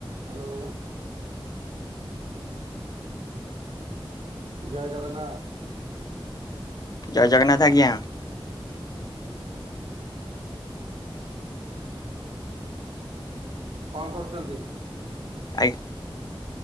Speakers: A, on the right (about 75°); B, on the left (about 45°).
A: ହ୍ୟାଲୋ। ଜୟ ଜଗନ୍ନାଥ।
B: ଜୟ ଜଗନ୍ନାଥ ଆଜ୍ଞା।
A: କଣ କରୁଛନ୍ତି?
B: ଆଇ